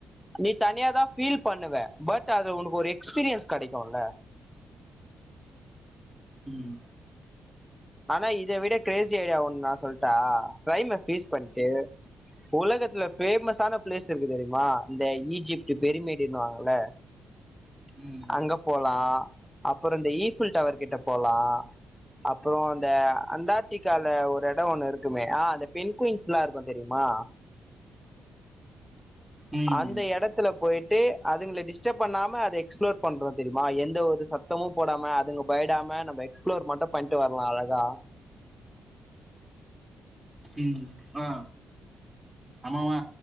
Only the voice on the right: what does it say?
ம்
ம்
ம்
ம் ஆ ஆமாமா